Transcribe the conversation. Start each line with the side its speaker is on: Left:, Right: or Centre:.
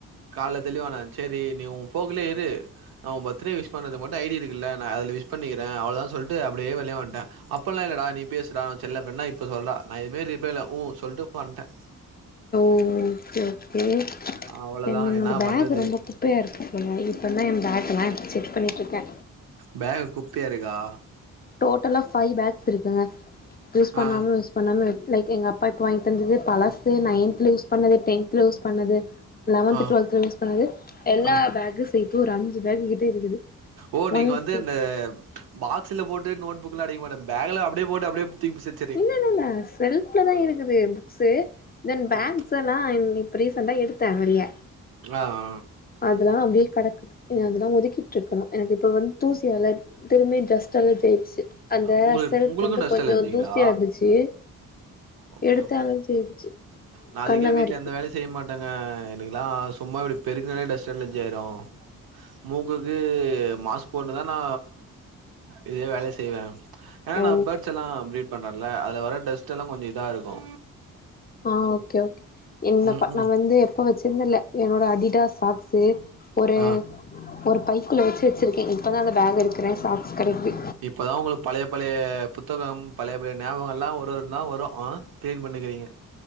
Right: காலைல தெளிவானே சேரி நீ உ போக்லே‌ இரு அவே பர்த்டே விஷ் பண்ணுது மட்டு ஐ டி இருக்குல்ல நா அத்ல விஷ் பண்ணிக்குறேன் அவ்ளோ தா சொல்ட்டு அப்டியே வெளிய வந்ட்டே அப்பல்லாம் இல்லடா நீ பேசுடா செல்லம் வேண்ணா இப்ப சொல்றா நா எதுமே ரிப்லே இல்ல உ சொல்ட்டு வந்ட்டே
Left: உ இட்ஸ் ஓகே
Right: அவ்ளோதா
Left: என்னினோட
Right: என்னா
Left: பேக்
Right: பண்றது
Left: ரொம்ப குப்பையா இருக்கு போல இப்பதான் ஏ பேக் ல்லா எடுத்து செக் பண்ணிட்டுருக்கே
Right: பேக்கு குப்பையா இருக்கா
Left: டோட்டலா ஃபைவ் பேக்ஸ் இருக்குங்க யூஸ் பண்ணாம
Right: ஆ
Left: யூஸ் பண்ணாம லைக் எங்க அப்பா இப்ப வாங்கி தந்துது் பழசு நைன்த்ல யூஸ் பண்ணது டென்த்ல யூஸ் பண்ணது லெவன்த்
Right: ஆ
Left: டுவெல்த்ல யூஸ் பண்ணது எல்லா
Right: ஆ
Left: பேக் சேத்தும் ஒரு அஞ்சு பேக் கிட்ட இருக்குது
Right: ஓ நீங்க
Left: ஒன்
Right: வந்து
Left: டூ
Right: இந்த பாக்ஸ்ல போட்டு நோட் புக் லா அடிக்க மாட்டே பேக்ல அப்டியே போட்டு அப்டியே தூக்கி ப் செட்
Left: இல்லல்ல செல்ஃப்லதா இருக்குது புக்ஸு தென் பேக்ஸ்
Right: ம்
Left: எல்லாம் இப்ப ரீசண்டா எடுத்தே வெளிய
Right: ஆ ஆ
Left: அதெல்லாம் அப்டியே கடக்குது அதெல்லாம் ஒதுக்கிட்டு இருக்கோ எனக்கு இப்ப வந்து தூசிலா அலர் திரும்பயு டஸ் தொல்ல போயிருச்சு அந்த
Right: ஆ உங்களுக்கு
Left: செல்ப்
Right: உங்களுக்கு
Left: வந்து
Right: டஸ்ட்
Left: கொஞ்சோ
Right: அலர்ஜிங்களா
Left: தூசியா இருந்துச்சு
Right: ஓகே
Left: எடுத்து
Right: ஓகே
Left: அலர்ஜியாயிடுச்சு
Right: நா அதுக்கே
Left: கண்ணெல்லா
Right: வீட்டுல
Left: இருக்கு
Right: எந்த வேலை செய்ய மாட்டேங்க எனக்குல்லா சும்மா இப்டி பெருக்னாலே டஸ்ட் அலர்ஜி ஆயிரு மூக்குக்கு மாஸ் போட்டுதா நா இதே வேலையே செய்வே ஏ
Left: ஓ
Right: நா பேர்ட்ஸ் எல்லா பிரீட் பண்றேல அதுல வர்ற டஸ்ட் எல்லா கொஞ்சோ இதா இருக்கு
Left: அ ஓகே ஓகே என்ன
Right: ம்
Left: ப
Right: ம்
Left: நா வந்து எப்போ வச்சிருந்தேல என்னோட அடிடாஸ் சாக்ஸு ஒரு
Right: ஆ
Left: ஒரு பைக்குள்ள வச்சு வச்சிருக்கே இப்பதா அந்த பேக் எடுக்கிறே சாக்ஸ் கெடக்கிது
Right: இப்பதா ஒங்களுக்கு பழைய பழைய புத்தகம் பழைய பழைய ஞாபகங்கள்லா ஒரு ஒன்னா வரு அ க்ளீன் பண்ணிக்கிறீங்க